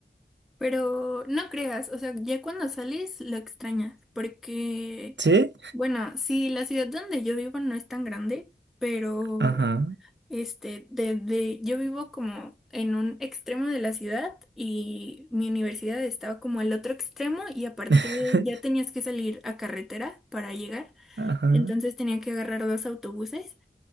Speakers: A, in the centre; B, on the right.
A: Pero no creas, o sea, ya cuando sales lo extrañas, porque,
B: ¿Sí?
A: bueno, sí, la ciudad donde yo vivo no es tan grande, pero
B: Ajá.
A: Este, desde yo vivo como en un extremo de la ciudad y mi universidad estaba como al otro extremo y aparte
B: <laughs>
A: ya tenías que salir a carretera para llegar,
B: Ajá.
A: entonces tenía que agarrar dos autobuses